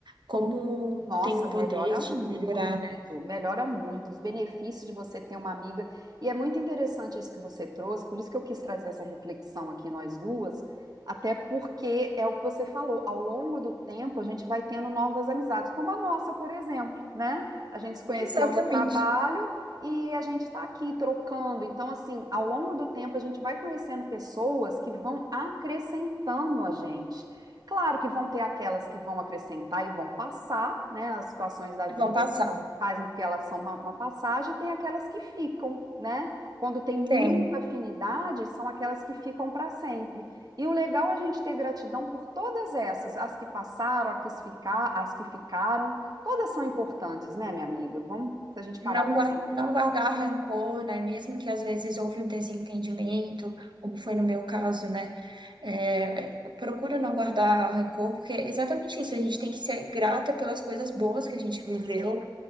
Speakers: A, on the right (about 70°); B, on the right (about 55°).
A: como
B: Nossa,
A: tem o
B: melhora
A: poder de
B: muito,
A: melhorar, né?
B: melhora muito os benefícios de você ter uma amiga. E é muito interessante isso que você trouxe, por isso que eu quis trazer essa reflexão aqui nós duas, até porque é o que você falou, ao longo do tempo a gente vai tendo novas amizades, como a nossa, por exemplo, né? A gente se conheceu
A: Exatamente.
B: no trabalho e a gente está aqui trocando. Então, assim, ao longo do tempo a gente vai conhecendo pessoas que vão acrescentando a gente. Claro que vão ter aquelas que vão acrescentar e vão passar, né? As situações da
A: E
B: vida
A: vão passar.
B: fazem com que elas são uma, uma passagem, e tem aquelas que ficam, né? Quando tem muita
A: Tem.
B: afinidade, são aquelas que ficam para sempre. E o legal é a gente ter gratidão por todas essas, as que passaram, as que ficar, as que ficaram, todas são importantes, né, minha amiga? Vamos, se a gente parar
A: Não guardar,
B: para pensar.
A: não guardar rancor, né? Mesmo que às vezes houve um desentendimento, como foi no meu caso, né? É, procuro não guardar rancor, porque é exatamente isso, a gente tem que ser grata pelas coisas boas que a gente viveu,